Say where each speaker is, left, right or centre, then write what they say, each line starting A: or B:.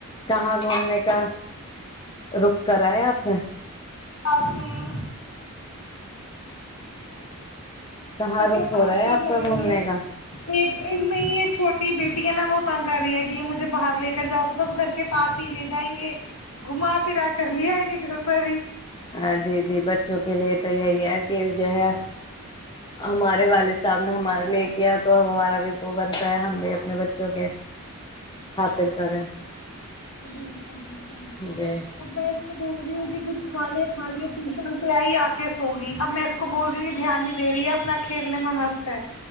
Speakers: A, on the left; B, on the left.
A: کہاں گھومنے کا رک کرایا آپنے
B: آپ ہی
A: کہاں رخ
B: کے پاس
A: ہو رہا ہے
B: ہی
A: آپ
B: جائیں
A: کا گھومنے
B: گے
A: کا
B: ایک نہیں یہ چھوٹی بیٹی ہے نا وہ تنگ کر رہی ہے کہ مجھے باہر لے کر جاؤ تو بس گھر کے پاس ہی لے جائیں گے گھما پھرا کر لے آئیں گے گھر پر ہی
A: ہاں جی جی بچوں کے لیے تو یہی ہے کہ جو ہے ہمارے والد صاحب نے ہمارے لیے کیا تو ہمارا بھی وہو بنتا ہے ہم بھی اپنے بچوں کے خاطر کریں
B: جی <unintelligible>
A: جی
B: اب میں اس سے بول رہی ہوں کہ کچھ کھا لے کھا لے ت سن سے آئی آک سوگی اب میں اس کو بول رہی ہی دھیان نہیں د رہی ہے اپنا کھیلنے میں مست ہے